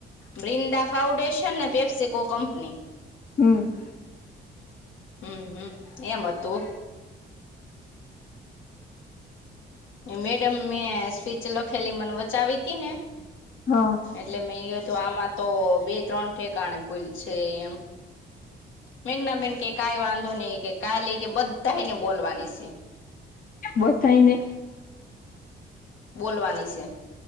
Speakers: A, on the left; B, on the left.
A: બ્રિંદા ફાઉન્ડેશન ને પેપ્સેકો કંપની
B: હમ.
A: હમ હમ એમ હતું મેડમ મેં સ્પીચ લખેલી મને વચાવી તી ને
B: હા
A: એટલે મેં હત આમાં તો બે ત્રણ ઠેકાણે ભૂલ છે એમ મેઘના બેન કે કઈ વાંધો નહી કે કા લઈ કે બધા ને બોલવાની છે
B: ગોતાઈ નને
A: બોલવાની છે.